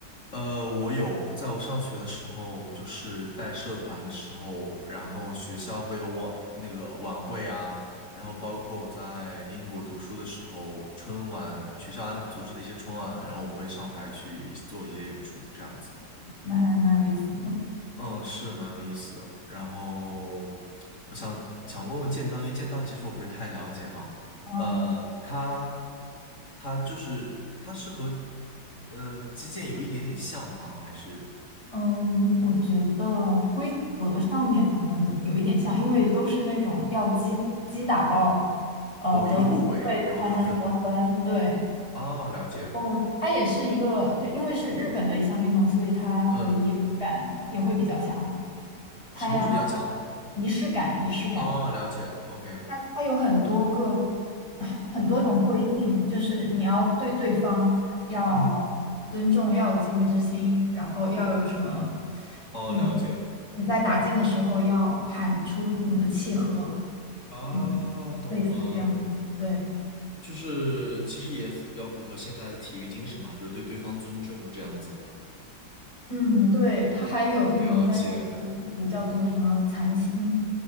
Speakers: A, on the left; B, on the left.
A: 呃，我有，在我上学的时候，就是带社团的时候，然后学校会有我那个晚会啊，然后包括我在英国读书的时候，春晚学校安组织的一些春晚，然后我会上台去一做一些演出，这样子，
B: 那还蛮有意思的。
A: 嗯，是蛮有意思的。然后我想想问问剑道，因为剑道其实我不是太了解嘛，
B: 嗯
A: 呃，它它就是它是和嗯、呃击剑有一点点像吗？还是？
B: 嗯，我觉得规则上面可能有一点像，因为都是那种要击击打到呃得分部位才能得分。
A: 某一个部位，然后得分。
B: 对，
A: 啊，了解。
B: 哦，它也是一个，就因为是日本的一项运动，所以它的仪式感也会比较强。
A: 嗯，
B: 它
A: 什么会比较强？
B: 仪式感，仪式感。
A: 啊，了解。OK。
B: 它它有很多个很多种规定，就是你要对对方要尊重，
A: 嗯，
B: 要有敬畏之心，然后要有什么，
A: 哦，
B: 你
A: 了解。
B: 你在打剑的时候要喊出你的契合，
A: 啊，
B: 嗯，
A: 懂了。
B: 类似这样子，对，
A: 就是其实也比较符合现在的体育精神嘛，就是对对方尊重这样子。
B: 嗯，对，它还有那种专业的名词叫做什么残心，
A: 了解，